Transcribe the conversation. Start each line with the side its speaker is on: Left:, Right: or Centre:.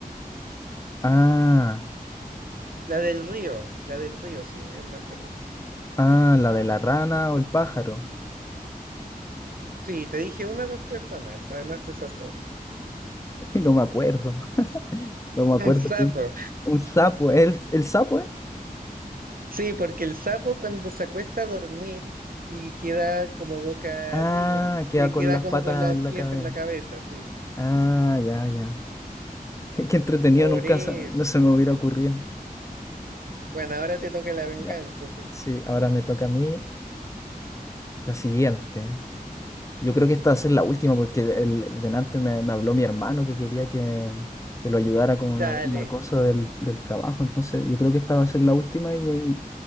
Left: Ah,
Right: La del río, la del río, sí, bien me acuerdo.
Left: ah, la de la rana o el pájaro.
Right: Sí, te dije una respuesta más, además de esas dos.
Left: <laughs> No me acuerdo. No me
Right: <laughs>
Left: acuerdo
Right: Un sapo.
Left: que Un sapo. ¿El, el sapo, eh?
Right: Sí, porque el sapo cuando se acuesta a dormir y queda como boca
Left: Ah,
Right: arriba,
Left: queda
Right: eh,
Left: con
Right: queda
Left: las
Right: como
Left: patas
Right: con los
Left: en
Right: pies
Left: la cabeza.
Right: en la cabeza, sí.
Left: Ah, ya, ya. <laughs> Qué entretenido,
Right: Por
Left: nunca
Right: eso.
Left: se- no se me hubiera ocurrido.
Right: Bueno, ahora te toca la venganza,
Left: Ya.
Right: sí.
Left: Sí, ahora me toca a mí la siguiente. Yo creo que esta va a ser la última porque el, delante me, me habló mi hermano que quería que, que lo ayudara con una,
Right: Dale,
Left: una cosa del, del trabajo. Entonces, yo creo que esta va a ser la última y ahí,